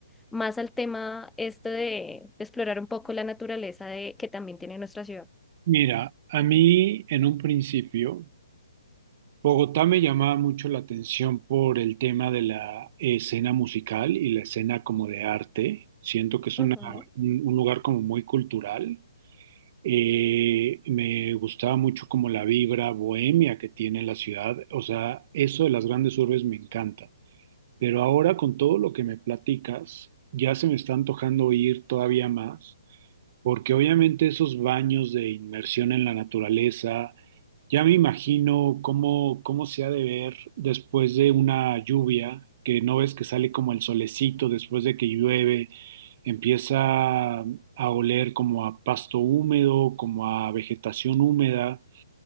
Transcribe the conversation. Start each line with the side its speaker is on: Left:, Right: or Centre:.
Centre: más al tema este de, de explorar un poco la naturaleza de, que también tiene nuestra ciudad.
Right: Mira, a mí en un principio, Bogotá me llamaba mucho la atención por el tema de la escena musical y la escena como de arte, siento que es
Centre: Ujú.
Right: una, un un lugar como muy cultural. Eh, me gustaba mucho como la vibra bohemia que tiene la ciudad. O sea, eso de las grandes urbes me encanta. Pero ahora con todo lo que me platicas, ya se me está antojando ir todavía más. Porque obviamente esos baños de inmersión en la naturaleza, ya me imagino cómo, cómo se ha de ver después de una lluvia, que no ves que sale como el solecito después de que llueve, empieza a oler como a pasto húmedo, como a vegetación húmeda,